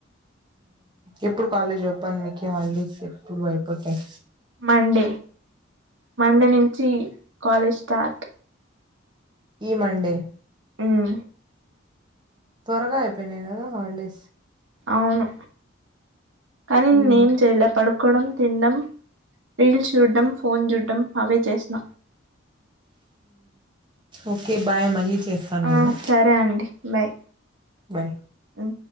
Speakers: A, on the right (about 25°); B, on the right (about 75°).
A: ఎప్పుడు కాలేజ్ ఓపన్ మీకు హాలిడేస్ ఎప్పుడు అయిపోతాయి
B: మండే మండే నుంచి కాలేజ్ స్టార్ట్
A: ఈ మండే
B: ఉమ్
A: త్వరగాయపోయి కదా హల్డేస్
B: అవును కానీ
A: హ్మ్
B: నేనేం చేయలే పడుకోవడం తినడం రీల్స్ చూడ్డం ఫోన్ చూడ్డం అవే చేస్న
A: ఓకే బాయ్ మళ్ళీ చేస్తాను నేను
B: ఆ సరే అండి బాయ్
A: బయ్
B: ఉమ్